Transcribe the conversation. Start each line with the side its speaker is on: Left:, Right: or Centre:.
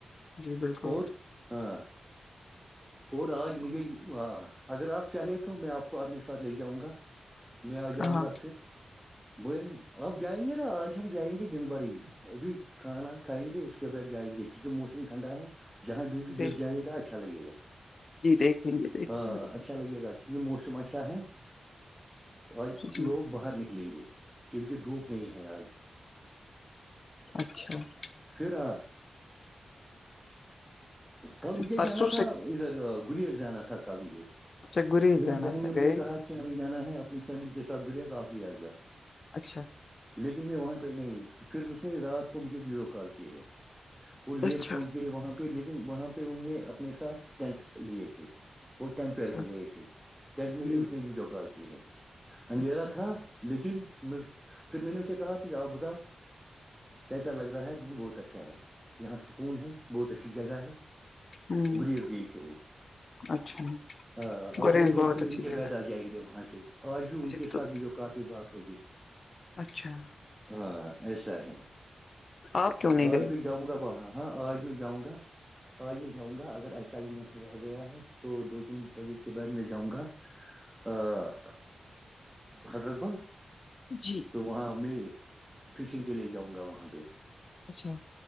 Left: جی بالکل
Centre: اور ہاں اور آج مجھے اگر آپ چاہیں تو میں آپ کو آپ نے س لے جاؤں گا میں آ جاؤں
Left: ہاں
Centre: گا پھر وہ آپ جائیں گے نا آج ہم جائیں گے دن بھر ہی ابھی کھانا کھائیں گے اس کے بعد جائیں گے کیونکہ موسم ٹھنڈا ہے جہاں بی بھی
Left: جی
Centre: دل جائے گا اچھا لگے گا
Left: دیکھیں گے دیکھیں
Centre: ہاں
Left: گے
Centre: اچھا لگے گا یہ مسم اچها ہے ہیں آج
Left: جی
Centre: لوگ باہر نک لیں گے کیونکہ دھوپ نہیں ہے آج
Left: اچھا <unintelligible>
Centre: پھر ہاں، کل مجھے
Left: پرسوں
Centre: جانا تھا
Left: سے
Centre: ادھر گری جانا تھا کل مجھے
Left: اچھا گریز
Centre: میری
Left: جانا
Centre: بہن
Left: تھا
Centre: نے
Left: گئے
Centre: مجھے
Left: نہیں
Centre: کہا کہ ہمیں جانا ہے اپنی فیملی کے ساتھ گریز آپ بھی آ جاؤ
Left: اچھا
Centre: لیکن میں وہاں پہ نہیں تو پھر اس نے رات کو مجھے ویڈیو کال کی ہے وہ لیٹ
Left: اچھا
Centre: پہنچ گئے وہاں پہ لیکن وہاں پہ ان نے اپنے ساتھ ٹینٹ لیے تھے وہ ٹینٹ پہ
Left: اچھا
Centre: رہ گئے تھے ٹینٹ میں ہی
Left: جی
Centre: اس نے ویڈیو کال کی ہے اندھیرا
Left: اچھا
Centre: تھا لیکن پھر میں نے اسے کہا تھا آپ بتاؤ کیسا لگ رہا ہے بول بہت اچھا ہے یہاں سکون ہے بہت اچھی جگہ ہے
Left: ہوں
Centre: گریز گئی تے وہ
Left: اچھا
Centre: ہ اب
Left: گریز
Centre: وہ دو
Left: بہت
Centre: تین
Left: اچھی
Centre: دن کے
Left: جگہ
Centre: بعد
Left: ہے۔
Centre: آ جائیں گے وہاں سے آج بھی ان
Left: اچھا
Centre: کے
Left: تو
Centre: ساتھ بھی جو کافی بات ہوگی
Left: اچھا
Centre: ہاں ایسا ہے
Left: آپ کیوں نہیں
Centre: آج
Left: گئے
Centre: میں جاؤں گا وہاں ہاں آج میں جاؤں گا آج میں جاؤں گا اگر ایسا ہی موسم رہ گیا ہے تو دو تین بجے کے بعد میں جاؤں گا ا حضرت بل
Left: جی
Centre: تو وہاں میں فشنگ کے لیے جاؤں گا وہاں پہ
Left: اچھا